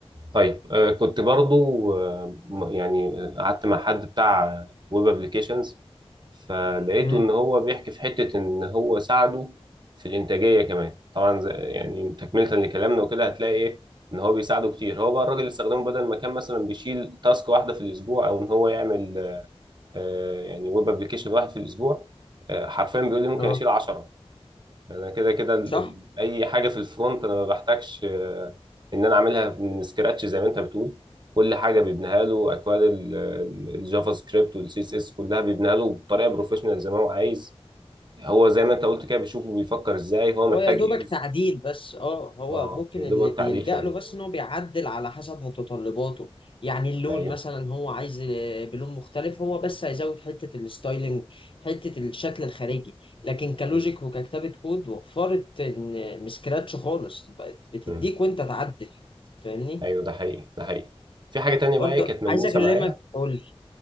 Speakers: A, on the right; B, on the left.
A: طيب آه كنت برضو آه م- يعني آه، قعدت مع حد بتاع ويب ابلكيشنز فلقيته
B: امم
A: ان هو بيحكي في حته ان هو ساعده في الانتاجيه كمان طبعا زي يعني تكمله لكلامنا وكده هتلاقي ايه ان هو بيساعده كتير هو بقى الراجل اللي استخدمه بدل ما كان مثلا بيشيل تاسك واحده في الاسبوع او ان هو يعمل آه، يعني ويب ابلكيشن واحد في الاسبوع آه، حرفيا بيقول لي ممكن
B: اه
A: اشيل 10 انا كده كده ال-
B: صح
A: ال- اي حاجه في الفرونت انا ما بحتاجش آه، ان انا اعملها من سكراتش زي ما انت بتقول كل حاجه بيبنيها له اكواد ال- ال- الجافا سكريبت والسي اس اس كلها بيبنيها له بطريقه بروفيشنال زي ما هو عايز هو زي ما انت قلت كده بيشوفه بيفكر ازاي هو محتاج
B: هو يا دوبك
A: ايه بالظبط
B: تعديل بس اه هو
A: اه
B: ممكن
A: يا دوبك
B: اللي بيلجأ
A: تعديل فعلي
B: له بس ان هو بيعدل على حسب متطلباته يعني اللون
A: ايوه
B: مثلا هو عايز آه، بلون مختلف هو بس هيزود حتة الستايلينج حتة الشكل الخارجي لكن كلوجيك
A: م-
B: وككتابة كود وفرت ان من سكراتش خالص بقت بتديك
A: م.
B: وانت تعدل فاهمني
A: ايوه ده حقيقي ده حقيقي في حاجه تانية بقى
B: برضه
A: إيه كانت ملموسه
B: عايز اكلمك
A: معايا
B: قول لي